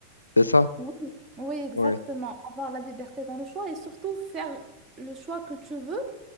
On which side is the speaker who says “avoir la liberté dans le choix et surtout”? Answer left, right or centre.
Right